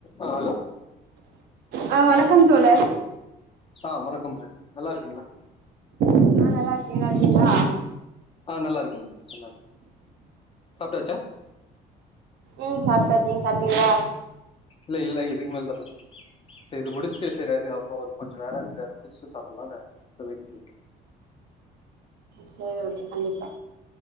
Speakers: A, on the left; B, on the right.
A: ஆஹ் hello
B: ஆ வணக்கம் தோழர்
A: ஆஹ் வணக்கம் மேம் நல்லா இருக்கீங்ளா
B: ஆ நல்லா இருக்கே நல்லா இருக்கீங்களா
A: ஆஹ் நல்லா இருக்க மேம் நல்லா இரு சாப்ட்டாச்சா
B: உம் சாப்ட்டாச்சு நீங் சாப்ட்டீங்ளா
A: இல்ல இல்ல இதுக்கு மேல தா மேம் செ இது முடிச்சுட்டு செரி அது அமா ஒரு கொஞ்சோ வேல இருக்குது அத முடிச்ட்டு சாப்பல்லானு சோ வெயிட் பண்ணிக்கே
B: சேரி ஓகே கண்டிப்பா